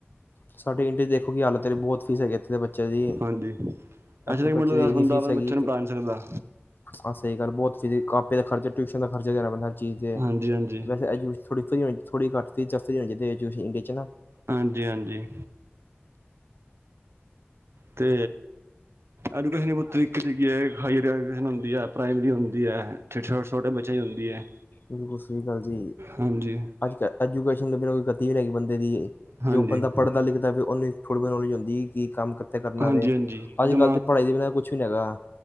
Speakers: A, on the left (about 50°); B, on the right (about 80°).
A: ਸਾਡੇ ਇੰਡੀਆ ਦੇਖੋ ਕਿ ਹਾਲਤ ਹੈ, ਬਹੁਤ ਫੀਸ ਹੈਗੀ ਐ ਥੇ ਅਤੇ ਬੱਚੇ ਦੀ
B: ਹਾਂਜੀ
A: ਐਥੇ
B: ਅੱਛਾ ਤੱਕ
A: ਬੱਚੇ
B: ਮਿਡਲ ਕਲਾਸ
A: ਦੀ ਇੰਨੀ
B: ਬੰਦਾ
A: ਫੀਸ
B: ਆਪਣੇ
A: ਹੈਗੀ
B: ਬੱਚੇ ਨੂੰ
A: ਕਿ।
B: ਪੜ੍ਹਾ ਨਹੀਂ ਸਕਦਾ
A: ਹਹ ਸਹੀ ਗੱਲ ਬਹੁਤ ਫਿ ਕਾਪੀ ਦਾ ਖਰਚਾ ਟਿਊਸ਼ਨ ਦਾ ਖਰਚਾ ਦੇਣਾ ਪੈਂਦਾ ਹਰ ਚੀਜ਼ ਤੇ
B: ਹਾਂਜੀ ਹਾਂਜੀ
A: ਵੈਸੇ। ੋੜ੍ਹੀ ਹੋਣੀਥੋੜੀ ਘੱ ਚੀਜ਼ੱਸਦੀ ਹੋਣੀਿਹਦੇ ਵਿੱਚ ਇੰਡੀਆ ਚ ਨਾ। <unintelligible>
B: ਹਾਂਜੀ ਹਾਂਜੀ। ਤੇ ਐਜੂਕੇਸ਼ਨ ਬਹੁਤ ਤਰੀਕੇ ਕੀ ਹਾਇਰਜੂਕੇਸ਼ਨ ਹੁੰ ਹੈ ਪ੍ਰਾਈਮਰੀੁਦੀ ਹੈ ਛੋਟੇ ਛਟੇ ਛੋਟੇ ਬੱਚੇਿਆਂ ਦੀ ਹੁੰਦੀ ਹੈ।
A: ਬਿਲਕੁਲ ਸਹੀ ਗਲ ਜੀ
B: ਹਾਂਜੀ
A: ਅੱਜ ਐਜੂਕੇਸ਼ਨ ਦੀ ਗਤੀ ਵੀ ਨਹੀ ਹੇਗੀ ਬੰਦੇ ਦੀ।
B: ਹਾਂਜੀ
A: ਜੋ ਬੰਦਾ ਪੜ੍ਹਦਾ ਲਿਖਦਾ ਵੇ ਉਹਨੂੰ ਥੋੜੀ ਬਹੁਤ ਨੌਲੇਜ ਹੁੰਦੀ ਏ ਕਿ ਕੰਮ। ਕਰਨਾਵੇ
B: ਹਾਂਜੀ ਹਾਂਜੀ
A: ਅੱਜ
B: ਦਿਮਾਗ
A: ਕੱਲ੍ਹ ਦੀ ਪੜ੍ਹਾਈ ਦੇ ਬਿਨਾਂ ਕੁਛ ਵੀ ਨੀ ਹੈਗਾ